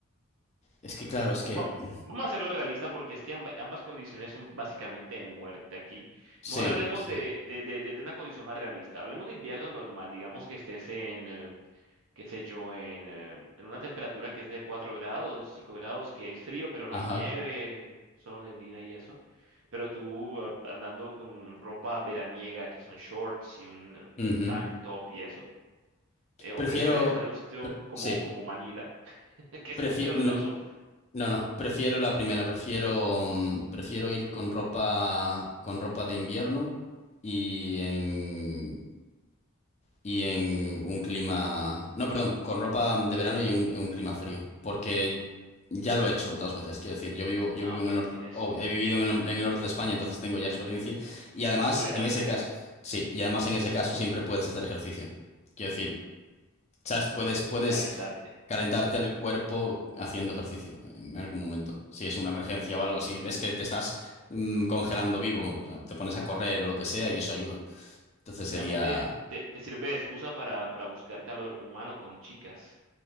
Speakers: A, on the left (about 30°); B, on the right (about 65°).
A: Es que claro, es que.
B: Va-
A: mm,
B: Vamos a hacerlo realista porque es que amba- ambas condiciones son básicamente de muerte aquí.
A: Sí,
B: Mejor hablemos
A: sí.
B: de, de, de, de de una condición más realista. Hablemos de invierno normal, digamos que estés en, eh, qué sé yo, en, eh, en una temperatura que es de 4 grados, 5 grados, que es frío, pero no
A: Ajá.
B: hay nieve, solo neblina y eso. Pero tú eh, andando con ropa veraniega, que son shorts y un,
A: ujú.
B: un tank top y eso. eh, ¿o
A: Prefiero.
B: prefieres estar en un sitio
A: pre-
B: como,
A: sí.
B: como Manila, <laughs> que es
A: prefi-
B: muy caluroso?
A: no, no, no, Prefiero la primera. Prefiero. mm, Prefiero ir con ropa. Con ropa de invierno. Y en. y en un clima... No, perdón, con ropa de verano y en un, en un clima frío. Porque ya lo he hecho otras veces. Quiero decir, yo vivo, yo
B: Ah,
A: vivo
B: ok,
A: en el norte,
B: tienes,
A: o he vivido en el, en el norte de España, entonces tengo ya experiencia. Y además,
B: tienes tolerancia
A: en ese caso, sí, y además en ese caso siempre puedes hacer ejercicio. Quiero decir, sabes, puedes, puedes
B: a calentarte.
A: calentarte el cuerpo haciendo ejercicio en algún momento. Si es una emergencia o algo, si ves que te estás mm, congelando vivo, o sea, te pones a correr o lo que sea y eso ayuda. Entonces sería
B: También te, te, te sirve de excusa para, para buscar calor humano con chicas.